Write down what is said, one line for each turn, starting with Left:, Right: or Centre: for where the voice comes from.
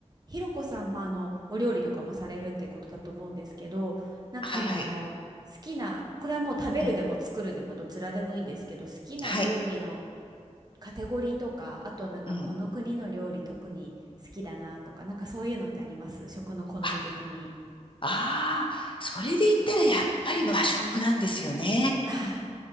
Right: ひろこさん、まあ、あの、お料理とかもされるっていうことだと思うんですけど、なんかあの、
Left: はいはい。
Right: 好きな、これはもう食べるでも作るでもどちらでもいいんですけど、
Left: うん。
Right: 好きな料理の
Left: はい。
Right: カテゴリーとか、あとはなんかこの国の料理特に好きだなとか、
Left: うん。
Right: なんかそういうのってあります食の好み的に。
Left: あ、ああ、それで言ったらやっぱり和食なんですよね。
Right: ああ、